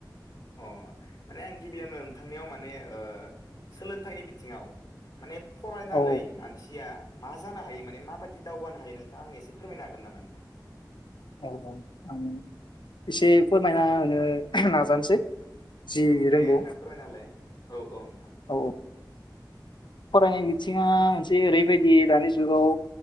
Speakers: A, on the left; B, on the left.
A: अ'। माने आं गिबियावानो नोंथांनियाव माने ओ सोलोंथाइनि बिथिङाव माने फरायनानै
B: औ
A: मानसिया मा जानो हायो माने माबायदि दावगानो हायो नोंथां आंनो एसे फोरमायनो हागोन नामा नोंथां?
B: औ औ आं एसे फोरमायना होनो नाजानोसै। जि
A: दे
B: रोंगौ
A: नोंथां फोरमाय नालाय। औ औ। नोंथां
B: औ औ। फरायनाय बिथिङा मोनसे ओरैबायदि दानि जुगाव